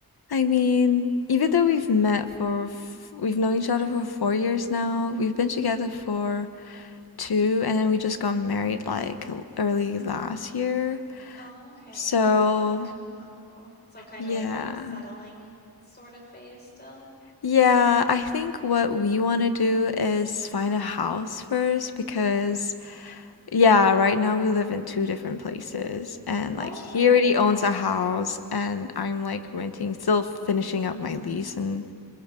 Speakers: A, on the left; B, on the left.
A: I mean, even though we've met for, f- we've known each other for four years now, we've been together for two, and then we just got married like l- early last year.
B: Oh, okay.
A: So,
B: So not too long ago. So kind
A: yeah.
B: of like in the settling sort of phase still.
A: Yeah, I think what we want to do is find a house first because Yeah, right now we live in two different places, and like
B: Oh,
A: he
B: really?
A: already
B: That's
A: owns
B: crazy.
A: a house, and I'm like renting, still finishing up my lease, and